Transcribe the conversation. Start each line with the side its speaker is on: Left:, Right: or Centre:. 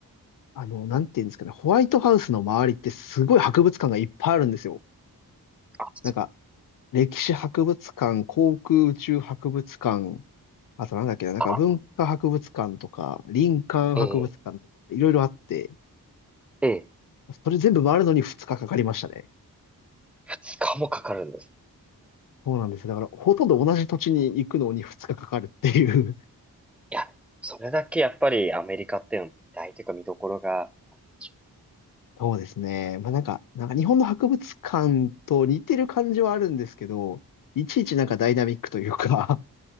Left: あの、なんていうんですかね、ホワイトハウスの周りってすごい博物館がいっぱいあるんですよ。
Centre: あ、そう
Left: なんか、歴史博物館、航空宇宙博物館、あとなんだっけな、なんか文化博物館とか、
Centre: か。
Left: 林間博物館とか、
Centre: ええ、
Left: いろいろあって、
Centre: ええ、
Left: それ全部回るのに2日かかかりましたね。
Centre: 二日もかかるんです。
Left: そうなんですよ。だから、ほとんど同じ土地に行くのに2日かかかるっていう
Centre: いや、それだけやっぱりアメリカっていうのは大というか見どころがあるでし
Left: <laughs> そうですね。まあなんか、なんか日本の博物館と似てる感じはあるんですけど、いちいちなんかダイナミックというか